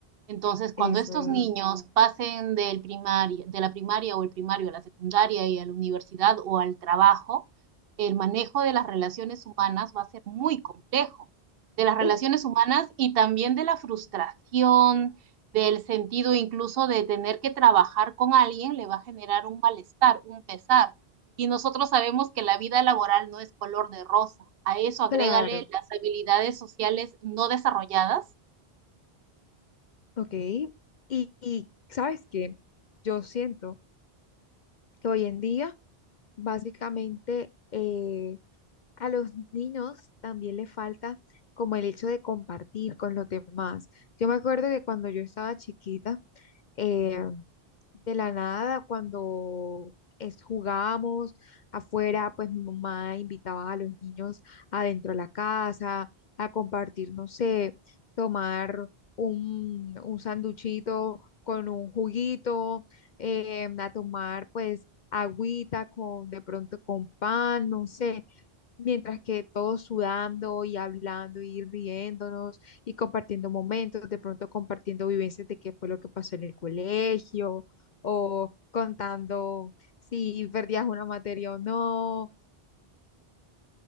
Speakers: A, on the right (about 65°); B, on the left (about 55°).
A: Entonces, cuando
B: es
A: estos
B: verdad.
A: niños Sí, pasen del primaria, de la primaria o el primario a la secundaria y a la universidad o al trabajo, el manejo de las relaciones humanas va a ser muy complejo. De las relaciones
B: Uf,
A: humanas y también de la frustración, del sentido incluso de tener que trabajar con alguien, le va a generar un malestar, un pesar. Y nosotros sabemos que la vida laboral no es color de rosa. A eso agrégale
B: claro.
A: las habilidades sociales no desarrolladas.
B: Ok. Y, y ¿sabes qué? Yo siento que hoy en día Básicamente, eh, a los niños también le falta como el hecho de compartir con los demás. Yo me acuerdo que cuando yo estaba chiquita, eh, de la nada, cuando es, jugábamos afuera, pues mi mamá invitaba a los niños adentro de la casa a compartir, no sé, tomar un, un sanduchito con un juguito, eh, a tomar pues agüita con de pronto con pan, no sé. Mientras que todos sudando y hablando y riéndonos y compartiendo momentos, de pronto compartiendo vivencias de qué fue lo que pasó en el colegio, o contando si perdías una materia o no.